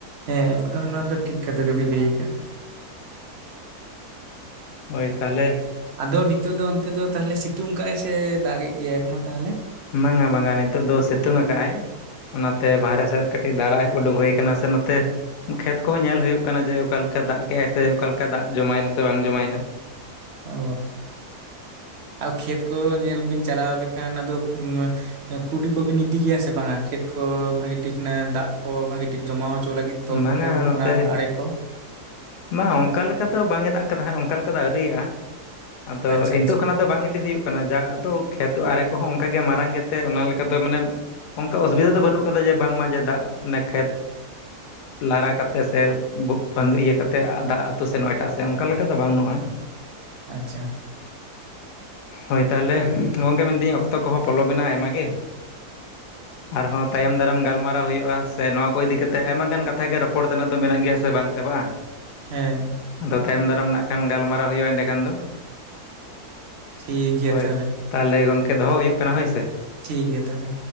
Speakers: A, on the right; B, on the left.
A: ᱦᱮᱸ ᱮᱠᱫᱚᱢ ᱱᱚᱣᱟ ᱫᱚ ᱴᱷᱤᱠ ᱠᱟᱛᱷᱟ ᱜᱮᱵᱤᱱ ᱞᱟᱹᱭ ᱟᱠᱟᱜᱼᱟ ᱾
B: ᱦᱚᱭ ᱛᱟᱦᱟᱞᱮ
A: ᱟᱫᱚ ᱱᱤᱛᱚᱜ ᱫᱚ ᱚᱱᱛᱮ ᱫᱚ ᱛᱟᱦᱚᱞᱮ ᱥᱤᱛᱩᱝ ᱠᱟᱜᱟᱭ ᱥᱮ ᱫᱟᱜ ᱮᱫ ᱜᱮᱭᱟᱭ ᱮᱠᱷᱚᱱᱳ ᱛᱟᱦᱚᱞᱮ?
B: ᱵᱟᱝᱟ ᱵᱟᱝᱟ ᱱᱤᱛᱚᱜ ᱫᱚ ᱥᱤᱛᱩᱝ ᱟᱠᱟᱜᱼᱟᱭ ᱾ ᱚᱱᱟᱛᱮ ᱵᱟᱦᱨᱮ ᱥᱮᱫ ᱨᱮ ᱠᱟᱹᱴᱤᱡ ᱫᱷᱟᱨᱟᱭ ᱩᱰᱩᱠ ᱦᱩᱭ ᱟᱠᱟᱱᱟ ᱥᱮ ᱱᱚᱛᱮ ᱾ ᱠᱷᱮᱛ ᱠᱚᱦᱚᱸ ᱧᱮᱞ ᱦᱩᱭᱩᱜ ᱠᱟᱱᱟ ᱡᱮ ᱚᱠᱟᱞᱮᱠᱟ ᱫᱟᱜ ᱠᱮᱜᱼᱟᱭ ᱥᱮ ᱚᱠᱟᱞᱮ ᱞᱮᱠᱟ ᱫᱟᱜ ᱡᱚᱢᱟᱭᱮᱱᱟ ᱥᱮ ᱵᱟᱝ ᱡᱚᱢᱟᱭᱮᱱᱟ ᱾
A: ᱚ ᱟᱨ ᱠᱷᱮᱛ ᱠᱚ ᱧᱮᱞ ᱵᱤᱱ ᱪᱟᱞᱟᱣ ᱞᱮᱠᱷᱟᱱ ᱟᱫᱚ <unintelligible> ᱠᱩᱰᱤ ᱠᱚᱵᱤᱱ ᱤᱫᱤ ᱜᱮᱭᱟ ᱥᱮ ᱵᱟᱝᱟ ᱠᱷᱮᱛ ᱠᱚ ᱵᱷᱟᱹᱜᱤ ᱴᱷᱤᱠ ᱱᱟᱜ ᱫᱟᱜ ᱠᱚ ᱵᱷᱟᱹᱜᱤ ᱴᱷᱤᱠ ᱡᱚᱢᱟ ᱦᱚᱪᱚ ᱞᱟᱹᱜᱤᱫ ᱾
B: ᱵᱟᱝᱟ
A: ᱛᱚᱞ ᱠᱚ
B: ᱱᱚᱛᱮ
A: ᱚᱱᱟ ᱟᱲᱮ ᱠᱚ ᱾
B: ᱵᱟᱝ ᱚᱱᱠᱟ ᱞᱮᱠᱟ ᱫᱚ ᱵᱟᱝ ᱮ ᱫᱟᱜ ᱟᱠᱟᱫᱟ ᱦᱟᱸᱜ ᱚᱱᱠᱟ ᱞᱮᱠᱟ ᱫᱚ ᱟᱹᱣᱤᱭᱟᱜᱼᱟ ᱟᱫᱚ
A: ᱟᱪᱪᱷᱟ
B: ᱤᱱᱛᱩᱚᱜ
A: ᱟᱪᱪᱷᱟ
B: ᱠᱚᱱᱟᱜ ᱫᱚ ᱵᱟᱝ ᱤᱫᱤ ᱦᱩᱭᱩᱜ ᱠᱟᱱᱟ ᱡᱟᱦᱟᱸ ᱫᱚ ᱠᱷᱮᱛᱚ ᱟᱨᱮ ᱠᱚᱦᱚᱸ ᱚᱱᱠᱟ ᱜᱮ ᱢᱟᱨᱟᱝ ᱜᱮ ᱛᱮ ᱚᱱᱟ ᱞᱮᱠᱟ ᱫᱚ ᱢᱟᱱᱮ ᱚᱱᱠᱟ ᱚᱥᱩᱵᱤᱫᱷᱟ ᱫᱚ ᱵᱟᱹᱱᱩᱜ ᱠᱟᱫᱟ ᱡᱮ ᱵᱟᱝᱢᱟ ᱡᱮ ᱫᱟᱜ ᱚᱱᱮ ᱠᱷᱮᱛ ᱞᱟᱨᱟ ᱠᱟᱛᱮᱜ ᱥᱮ <unintelligible> ᱤᱭᱟᱹ ᱠᱟᱛᱮᱫ ᱫᱟᱜ ᱟᱹᱛᱩ ᱥᱮᱱ ᱮᱴᱟᱜ ᱥᱮᱫ ᱚᱱᱠᱟ ᱞᱮᱠᱟ <unintelligible> ᱫᱚ ᱵᱟᱹᱱᱩᱜᱼᱟ ᱾
A: ᱟᱪᱪᱷᱟ ᱾
B: ᱦᱚᱭ ᱾ ᱛᱟᱦᱞᱮ ᱜᱚᱝᱠᱮ ᱢᱮᱱᱫᱤᱧ ᱚᱠᱛᱚ ᱠᱚᱦᱚᱸ ᱯᱚᱞᱚ ᱢᱮᱱᱟᱜ ᱟᱭᱢᱟ ᱜᱮ, ᱟᱨᱦᱚᱸ ᱛᱟᱭᱚᱢ ᱫᱟᱨᱟᱢ ᱜᱟᱞᱢᱟᱨᱟᱣ ᱦᱩᱭᱩᱜ-ᱟ ᱥᱮ ᱱᱚᱣᱟ ᱠᱚ ᱤᱫᱤ ᱠᱟᱛᱮᱫ ᱟᱭᱢᱟ ᱜᱟᱱ ᱠᱟᱛᱷᱟᱜ ᱜᱮ ᱨᱚᱯᱚᱲ ᱛᱮᱱᱟᱜ ᱫᱚ ᱢᱮᱱᱟᱜ ᱜᱮᱭᱟ ᱥᱮ ᱵᱟᱝ ᱪᱟᱵᱟᱜ-ᱟ᱾
A: ᱦᱮᱸ᱾
B: ᱟᱫᱚ ᱛᱟᱭᱚᱢ ᱫᱟᱨᱟᱢ ᱱᱟᱜ ᱠᱷᱟᱱ ᱜᱟᱞᱢᱟᱨᱟᱣ ᱦᱩᱭᱩᱜ-ᱟ ᱮᱸᱰᱮ ᱠᱷᱟᱱ ᱫᱚ᱾
A: ᱴᱷᱤᱠ ᱜᱮᱭᱟ
B: ᱦᱳᱭ
A: ᱛᱟᱦᱚᱞᱮ
B: ᱛᱟᱦᱞᱮ ᱜᱚᱝᱠᱮ ᱫᱚᱦᱚ ᱦᱩᱭᱩᱜ ᱠᱟᱱᱟ ᱦᱳᱭ ᱥᱮ᱾
A: ᱴᱷᱤᱠ ᱜᱮᱭᱟ ᱛᱟᱦᱞᱮ᱾